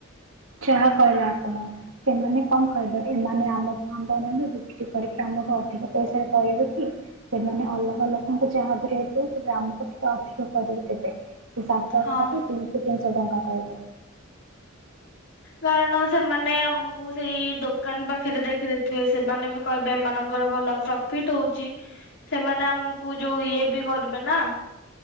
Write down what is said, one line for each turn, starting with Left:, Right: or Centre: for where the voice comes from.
Right: ଯାହା କହିଲେ ଆପଣ ସେମାନେ କଣ କହିବେ ଏମାନେ ଆମଠୁ ଆମ୍ବ ନେବେ ବିକ୍ରି କରିକି ଆମଠୁ ଅଧିକ ପଇସାରେ କରି ବିକି ସେମାନେ ଅଲଗା ଲୋକଙ୍କୁ ଯାହା ବି ରେଟ୍ ଦୋଉଥିବେ ଆମକୁ ଟିକେ ଅଧିକ କରିକି ଦେବେ। ସେ ସାତ ଅଖି
Left: ହଁ।
Right: ଟାକୁୁ ତିନିଶହ ତିିନିଶହ ଟଙ୍କା। କଟାଇଲେ।
Left: କାରଣ ସେମାନେ ଆମକୁ ସେଇ ଦୋକାନ ପାଖରେ ଦେଖିଦେଇଥିବେ ସେମାନେ ବି କହିବେ ଏମାନଙ୍କର ଭଲ ପ୍ରଫିଟ୍ ହଉଛି ସେମାନେ ଆମକୁ ଯୋଉ ଇଏ ବି କରିବେ ନା